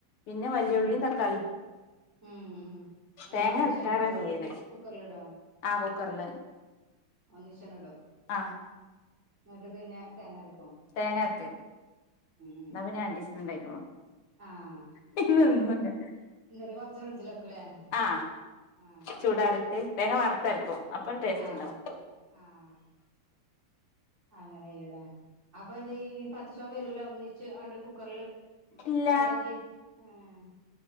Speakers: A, on the left (about 75°); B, on the right (about 30°).
A: പിന്നെ വല്ലിയുള്ളിയും
B: ഉം
A: തക്കാളി
B: ഉം ഉം എല്ലാം
A: തേങ്ങ
B: ഒന്നിച്ചണ്
A: അർക്കാര
B: വെക്കുവ
A: ചെയ്യല്
B: കുക്കറിലിടോ
A: ആ കുക്കറില്
B: ഒന്നിച്ചണ് ഇടും
A: ആ
B: എന്നിട്ട് പിന്നെ തേങ്ങാരക്ക്
A: തെങ്ങാരക്കും
B: ഉം
A: എന്ന പിന്നെ <unintelligible> ഉണ്ടായിരിക്കും
B: ആഹ്
A: <unintelligible> ഇന്ന്
B: എന്നിട്ട് കൊറച്ച് ഫ്രിഡ്ജിൽ വെക്കൂലേ
A: ആ
B: ആഹ്
A: ചൂടാറിട്ട് തേങ്ങ വറുത്തെറുക്കും അപ്പൊ ഒരു ടേസ്റ്റ്
B: ആഹ്
A: ഉണ്ടാവും
B: ആഹ് അങ്ങനെ ചെയ്യൂലെ അ പ്പൊ ഇത് ഈ പച്ച ചൊവ്വ വരൂലോ ഒന്നിച്ച് ആണ്ട് കുക്കറില് ഉം
A: ഇല്ല
B: ഇടാ ചെയ് ആ <inaudible>